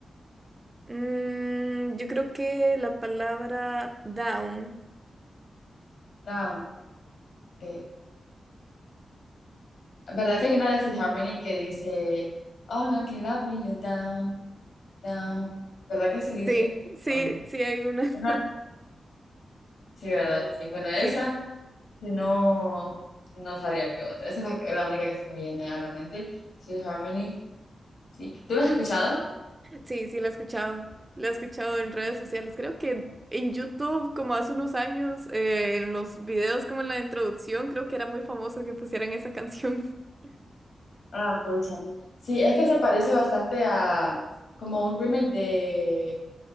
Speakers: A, on the right; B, on the left.
A: mm, yo creo que la palabra down.
B: Down. Okay. ¿Verdad que hay una de Fifth Harmony que dice, Oh, no, can love me, you're down, down? ¿Verdad que sí dice?
A: Sí, sí,
B: On-
A: sí hay una. <laughs>
B: Una- Sí, ¿verdad? Sí. Bueno, esa
A: Sí,
B: si no, no sabría qué otra. Esa es la, que- la única que se me viene a la mente. Fifth Harmony. Sí. ¿Tú la has escuchado?
A: sí, sí la he escuchado. La he escuchado en redes sociales. Creo que en YouTube, como hace unos años, eh, en los videos, como en la introducción, creo que era muy famoso que pusieran esa canción. <laughs>
B: Ah, pucha. Sí, es que se parece bastante a como un remake